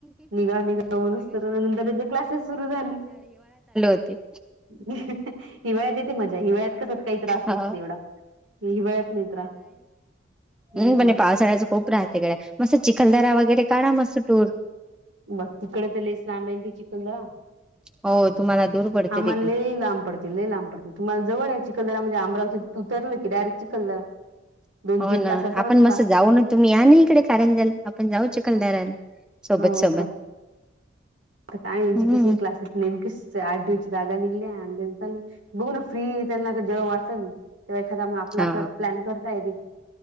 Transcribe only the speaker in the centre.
ते
हो
हम् पणे पावसाळ्याचं खूप त्रास तिकड मस्त चिलदारा वगैरे काढा मस्त टूर
हो तुम्हाला दूर पडते
तिकून
हो
ना
आपण
मस् जाऊ ना तुम्ही या ना इकडे कारंजाला आपण जाऊ चिखलदारला सोबत
सोबत
हम्म
हा